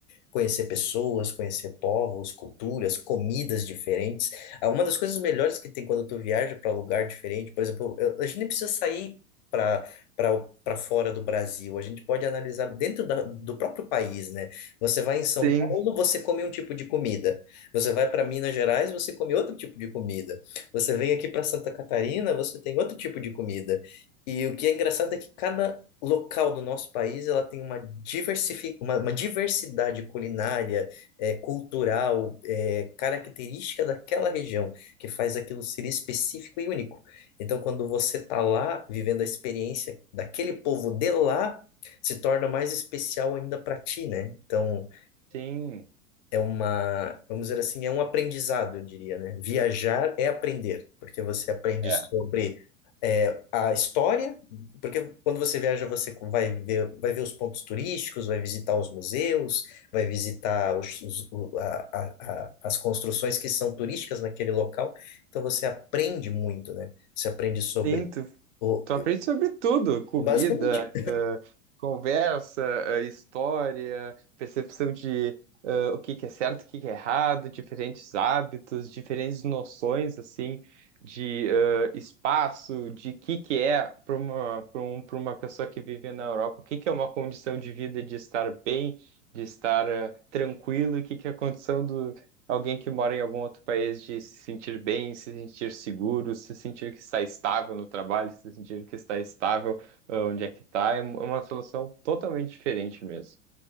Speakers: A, on the left; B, on the right.
A: conhecer pessoas, conhecer povos, culturas, comidas diferentes. Ah, Uma das coisas melhores que tem quando tu viaja para lugar diferente, por exemplo, eu- a gente nem precisa sair para para para fora do Brasil, a gente pode analisar dentro da, do próprio país, né? Você vai em São
B: Sim,
A: Paulo, você come um tipo de comida. Você vai para Minas Gerais, você come outro tipo de comida. Você vem aqui para Santa Catarina, você tem outro tipo de comida. E o que é engraçado é que cada local do nosso país ela tem uma, diversifi... uma, uma diversidade culinária, eh, cultural, eh, característica daquela região, que faz aquilo ser específico e único. Então, quando você está lá vivendo a experiência daquele povo de lá, se torna mais especial ainda para ti, né? Então,
B: sim.
A: é uma, vamos dizer assim, é um aprendizado, eu diria, né? Viajar é aprender, porque você aprende
B: É.
A: sobre é, a história, porque quando você viaja, você vai ver, vai ver os pontos turísticos, vai visitar os museus, vai visitar os, os- o- a- a- a- as construções que são turísticas naquele local, então você aprende muito, né? Você aprende sobre
B: Sim, tu
A: o,
B: Tu aprende sobre tudo, comida,
A: basicamente,
B: eh, conversa, eh, história, percepção de eh, o que que é certo, o que que é errado, diferentes hábitos, diferentes noções assim de eh, espaço, de que que é para uma para um, para uma pessoa que vive na Europa, o que que é uma condição de vida de estar bem, de estar eh, tranquilo, e o que que é a condição do Alguém que mora em algum outro país de se sentir bem, se sentir seguro, se sentir que está estável no trabalho, se sentir que está estável ah, onde é que está, é uma solução totalmente diferente mesmo.